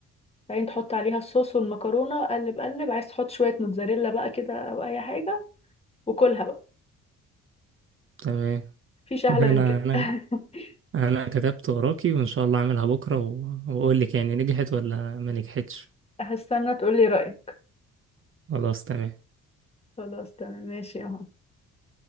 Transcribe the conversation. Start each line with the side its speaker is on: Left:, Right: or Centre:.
Left: بعدين تحط عليها الصوص والمكرونة قلب قلب عايز تحط شوية موتزاريلا بقى كده أو أي حاجة وكلها بقى
Right: تمام <laughs>
Left: مفيش أحلى
Right: انا
Left: من كده
Right: انا
Left: <laughs>
Right: انا كتبت وراكي وان شاء الله اعملها بكرة و- واقول لك يعني نجحت ولا ما نجحتش
Left: هستنى تقولي رأيك
Right: خلاص تمام
Left: خلاص تمام ماشي أهو